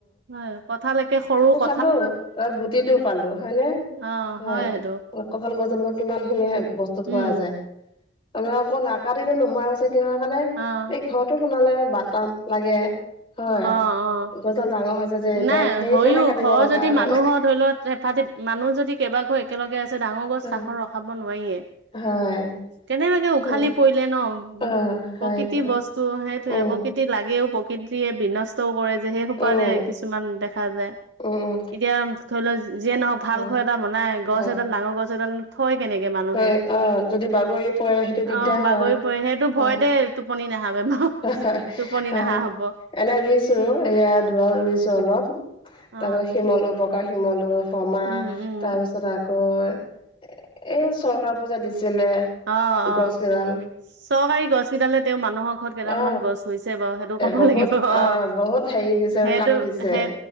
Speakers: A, on the right; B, on the left.
A: হয় কথালএকে সৰু ক।
B: হুলো ত গুটিটো পালো হয়নে
A: অ',
B: হয়
A: সেইটো
B: কঠাল গছৰ পৰা কিমান খিনি বস্তু পোৱা
A: উম,
B: যায় তমাৰ আকৌ নাকাদিনো নোহোৱা হৈছে কিহৰ কাৰণে
A: অ',
B: এই ঘৰটো বনালে বাটাম লাগে। হয়
A: অ', অ'।
B: গছডাল ডাঙৰ হৈছে যে এতিয়া
A: নাই
B: সেইকাৰণে।
A: হয়ো
B: কাটিব
A: ঘৰ
B: লগা
A: যদি
B: হ'ল
A: মানুহৰ ধৰি ল হেফা মানুহ যদি কেইবাঘৰ একেলগে আছে ডাঙৰ গছ
B: হয়
A: কাষত ৰখাব নোৱাৰিয়ে।
B: হয়।
A: কেনেবাকে উঘালি
B: উম
A: পৰিলে ন
B: অ হয়তো
A: প্ৰকৃতি বস্তু সেইটোয়ে
B: উম
A: প্ৰকৃত। তি লাগেও প্ৰকৃতিয়ে বিনষ্টও কৰে যে সেই সোপতে
B: উম
A: কিছুমান দেখা যায়।
B: উম উম
A: এতিয়া ধৰি লও যিয়ে নহওক ভাল
B: উম
A: ঘ এটা বনাই গছ
B: হয়
A: এডাল ডাঙৰ গছ এডাল- থয় কেনেকে মানুহে
B: হয় অ যদি বাগৰি পৰে সেইটো দিগদাৰ
A: অঁ বাগৰি
B: হয়
A: পৰে সেইটো
B: হয়
A: ভয়তে- টোপনি নাহাবেমা
B: হয়
A: টোপনি
B: অ
A: নাহা হ'ব।
B: এনে ৰুইছো এয়া দুৰত ৰুইছো অলপ
A: অ
B: তাপা শিমলু বকা শিমলু- পমা
A: উম উম
B: তাৰপিছত আকৌ এই চৰকাৰ ব যে দিছিলে-
A: অঁ অঁ
B: গছ কেইডাল
A: চৰকাৰী গছ কেইডালে তেওঁ মানুহক- খত কেইডাল
B: অ
A: মান গছ হৈছে বাও সেইটো ক'ব
B: বহুত
A: লাগিব অঁ
B: অ বহুত হেৰি দিছে
A: সেটো
B: কাম দিছে
A: সে-